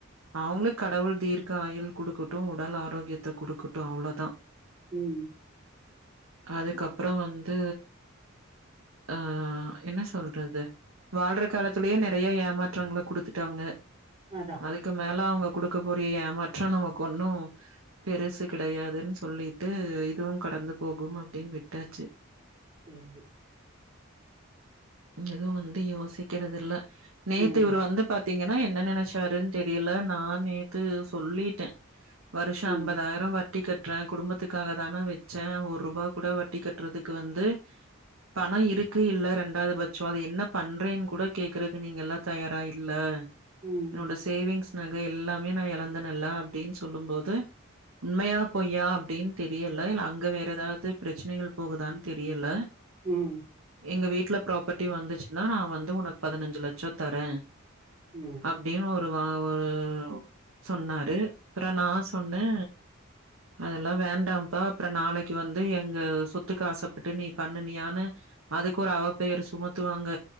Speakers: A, on the right (about 80°); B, on the right (about 30°).
A: அவுங்ளு கடவுள் தீர்க்க ஆயுள் குடுக்குட்டு உடல் ஆரோக்கியத்த குடுக்குட்டு அவ்ளோதா
B: ம்
A: அதுக்கப்ற வந்து அ என்ன சொல்றது வாழ்ற காலத்திலியே நெறைய ஏமாற்றங்ள குடுத்துட்டாங்க
B: அதா
A: அதுக்கு மேல அவுங்க குடுக்க கூடிய ஏமாற்றோ நமக்கு ஒன்னு பெருசு கிடையாதுன் சொல்லிட்டு இதுவுங் கடந்து போகும் அப்டின் விட்டாச்சு
B: தென்டி
A: எதுவு வந்து யோசிக்கிறதில்ல நேத்து
B: ம்
A: இவரு வந்து பாத் பாத்தீங்கனா என்ன நெனச்சாருன் தெரியில நான் நேத்து சொல்லிட்டே வருஷ
B: ம்
A: அம்பதாயிர வட் ட்டி கட்றே குடும்பத்துக்காகதான வச்சே ஒர்ருபா கூட வட்டி கட்றதுக்கு வந்து பண இருக்கு இல்ல ரெண்டாதுப் வச்சோ அத என்னப் பண்றேன் கூட கேக்கறக்கு நீங்க எல்லா தயாரா இல்ல
B: ம்
A: என்னோட
B: ம்
A: சேவிங்ஸ் நகை எல்லாமே நா எழந்த நல்லா அப்டின் சொல்லும் போது உண்மையாப் பொய்யான் அப்டின் தெரியல இல்ல அங்க வேற எதாவது பிரச்னைகள் போகுதான் தெரியல
B: ம்
A: எங்க வீட்லப் ப்ராப்பர்ட்டி வந்துச்சுனா நா வந்து வுனக் பதினஞ்சு லட்சோ தரே
B: ம்
A: அப்டினு ஒரு வா ஒரு சொன்னாரு அப்ற நா சொன்னே அதெல்லா வேண்டாம்ப்பா அப்ற நாளைக்கு வந்து எங்க சொத்துக்கு ஆசப்பட்டு நீப் பண்ணுனியானு அதுக்கு ஒரு அவப் பெயர் சுமத்துவாங்க